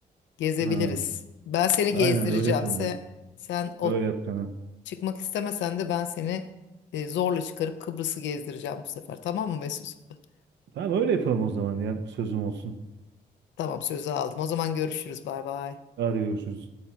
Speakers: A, on the left; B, on the right.
A: gezebiliriz.
B: Ha,
A: Ben seni
B: aynen
A: gezdireceğim.
B: öyle yapalım
A: Sen,
B: ya.
A: sen o
B: Öyle yapalım.
A: çıkmak istemesen de ben seni e, zorla çıkarıp Kıbrıs'ı gezdireceğim bu sefer. Tamam mı Mesut? <laughs>
B: Tamam öyle yapalım o zaman ya. Sözüm olsun.
A: Tamam sözü aldım. O zaman görüşürüz. Bay bay.
B: Hadi görüşürüz.